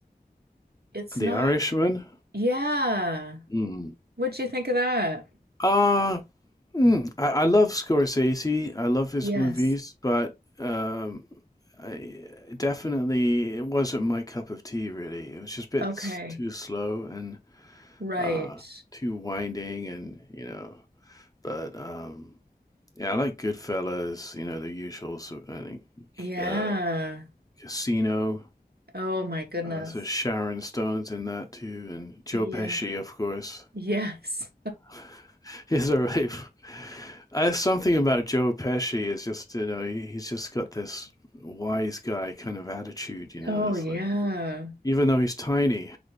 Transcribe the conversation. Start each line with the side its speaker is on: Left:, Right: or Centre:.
Right: it's
Left: The
Right: not.
Left: Irishman,
Right: Yeah.
Left: Mm.
Right: What'd you think of that?
Left: uh, mm, I, I love Scorsese. I love his
Right: Yes.
Left: movies, but um, I uh, definitely it wasn't my cup of tea. Really, it was just a bit
Right: Okay.
Left: s- too slow and
Right: Right.
Left: uh, too winding, and you know. But um, yeah, I like Goodfellas. You know, the usual. So I think
Right: Yeah.
Left: uh, Casino.
Right: Oh my goodness.
Left: Uh, so Sharon Stone's in that too, and Joe
Right: Yeah.
Left: Pesci, of course.
Right: Yes.
Left: <laughs> He's a rave. Uh, something about Joe Pesci is just you know he, he's just got this wise guy kind of attitude. You know,
Right: Oh
Left: it's
Right: yeah.
Left: like even though he's tiny.